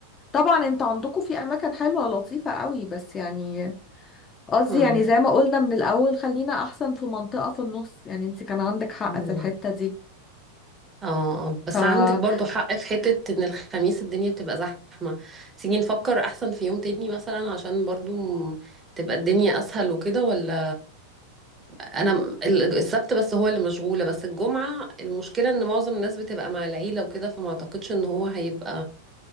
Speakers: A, on the left (about 25°); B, on the right (about 20°).
A: طبعا انت عندكم في اماكن حلوة ولطيفة قوي بس يعني قصدي
B: مم.
A: يعني زي ما قلنا من الاول خلينا احسن في منطقة في النص يعني انت كان عندك حق
B: مم.
A: في الحتة دي
B: اه بس
A: فبصي
B: عندك برضو حق في حتة ان الخميس الدنيا بتبقى زحمة تيجي نفكر احسن في يوم تاني مثلا عشان برضو م- تبقى الدنيا اسهل وكده ولا انا م- ال- السبت بس هو اللي مشغولة بس الجمعة المشكلة ان معظم الناس بتبقى مع العيلة وكده فما اعتقدش ان هو هيبقى